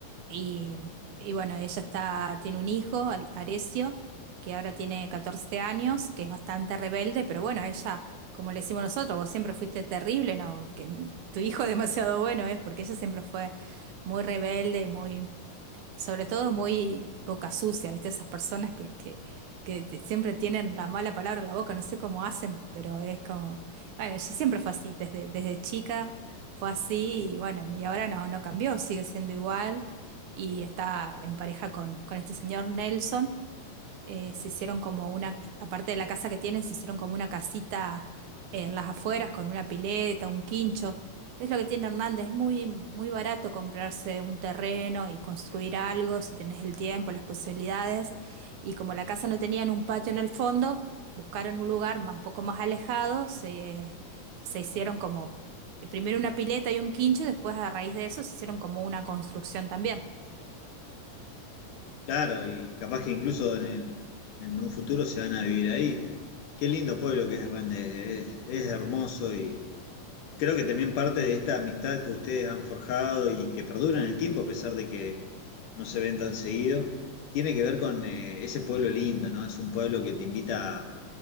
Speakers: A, on the right; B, on the left.
A: Y, y bueno, ella está, tiene un hijo, Al- Arecio, que ahora tiene 14 años, que es bastante rebelde, pero bueno, ella, como le decimos nosotros, vos siempre fuiste terrible, ¿no? Que tu hijo <laughs> demasiado bueno es, porque ella siempre fue muy rebelde, muy, sobre todo muy boca sucia, ¿viste? Esas personas que, que, que te- siempre tienen la mala palabra en la boca, no sé cómo hacen, pero es como, bueno, yo siempre fue así, desde, desde chica fue así y bueno, y ahora no, no cambió, sigue siendo igual y está en pareja con, con este señor Nelson eh, se hicieron como una, aparte de la casa que tienen, se hicieron como una casita en las afueras con una pileta, un quincho. Es lo que tiene Hernández, es muy, muy barato comprarse un terreno y construir algo si tenés el tiempo, las posibilidades. Y como la casa no tenía un patio en el fondo, buscaron un lugar más- un poco más alejado, se, se hicieron como eh, primero una pileta y un quincho, y después a raíz de eso se hicieron como una construcción también.
B: Claro, y capaz que incluso en el- en un futuro se van a vivir ahí. Qué lindo pueblo que es Hernández, es, es hermoso y, Creo que también parte de esta amistad que ustedes han forjado y que perdura en el tiempo, a pesar de que no se ven tan seguido, tiene que ver con eh, ese pueblo lindo, ¿no? Es un pueblo que te invita a...